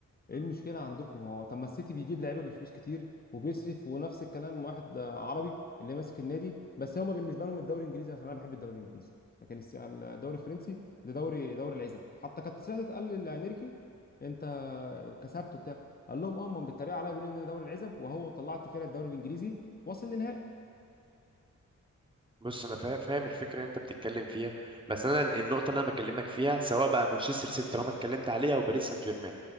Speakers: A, on the left; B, on the right.
A: ايه المشكله عندكم هو طب ما السيتي بيجيب لعيبه بفلوس كتير وبيصرف ونفس الكلام واحد آه، عربي اللي ماسك النادي بس هما بالنسبه لهم الدوري الانجليزي عشان انا بحب الدوري الانجليزي لكن الس- الدوري الفرنسي ده دوري دوري العزب حتى كانت تصريحات اتقال لانيركي انت كسبته بتاع قال لهم اه ما بيتريق عليا بيقول لي ان ده دوري العزب وهو طلعت فرقه الدوري الانجليزي وصل للنهائي
B: بص انا فاهم فاهم الفكره اللي انت بتتكلم فيها بس انا النقطه اللي انا بكلمك فيها سواء بقى مانشستر سيتي طالما اتكلمت عليها او باريس سان جيرمان